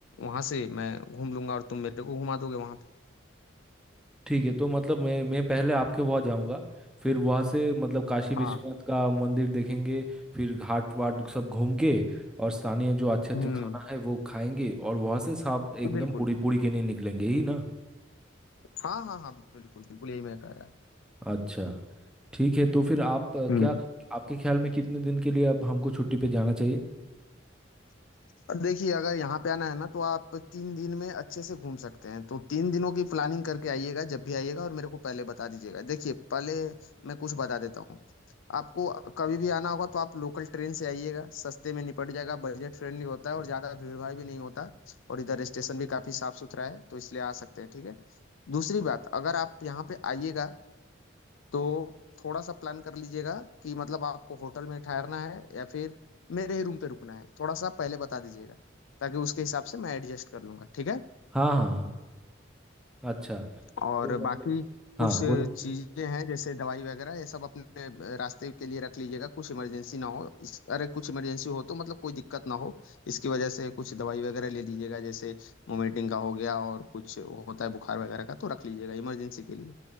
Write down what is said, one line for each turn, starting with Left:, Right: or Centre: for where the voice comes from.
Left: वहाँ से मैं घूम लूंगा और तुम मेरे को घुमा दोगे वहाँ पे
Centre: ठीक है तो मतलब मैं मैं पहले आपके वहाँ जाऊँगा फिर वहाँ से मतलब काशी विश्वनाथ
Left: हाँ
Centre: का मंदिर देखेंगे फिर घाट वाट सब घूम के और स्थानीय जो अच्छे अच्छे
Left: हम्म
Centre: खाना है वो खाएंगे और वहाँ से साफ एकदम
Left: बिल्कुल
Centre: पूरी पूरी के लिए निकलेंगे ही ना
Left: हाँ हाँ हाँ बिल्कुल बिल्कुल यही मैं कह रहा था
Centre: अच्छा ठीक है तो फिर आप अ,
Left: हम्म
Centre: क्या आपके ख्याल में कितने दिन के लिए अब हमको छुट्टी पे जाना चाहिए
Left: और देखिए अगर यहाँ पे आना है ना तो आप तीन दिन में अच्छे से घूम सकते हैं तो तीन दिनों की प्लानिंग करके आइएगा जब भी आइएगा और मेरे को पहले बता दीजिएगा देखिए पहले मैं कुछ बता देता हूँ आपको कभी भी आना होगा तो आप लोकल ट्रेन से आइएगा सस्ते में निपट जाएगा बजट फ्रेंडली होता है और ज़्यादा भीड़ भाड़ भी नहीं होता और इधर स्टेशन भी काफ़ी साफ सुथरा है तो इसलिए आ सकते हैं ठीक है दूसरी बात अगर आप यहाँ पे आइएगा तो थोड़ा सा प्लान कर लीजिएगा कि मतलब आपको होटल में ठहरना है या फिर मेरे ही रूम पे रुकना है थोड़ा सा पहले बता दीजिएगा ताकि उसके हिसाब से मैं एडजस्ट कर लूंगा ठीक है
Centre: हाँ हाँ हाँ अच्छा तो
Left: और
Centre: मतलब
Left: बाकी कुछ
Centre: हाँ बोल
Left: चीजें हैं जैसे दवाई वगैरह ये सब अपने अ, रास्ते के लिए रख लीजिएगा कुछ इमरजेंसी ना हो इस, अरे कुछ इमरजेंसी हो तो मतलब कोई दिक्कत ना हो इसकी वजह से कुछ दवाई वगैरह ले लीजिएगा जैसे मोमेंटिंग का हो गया और कुछ होता है बुखार वगैरह का तो रख लीजिएगा इमरजेंसी के लिए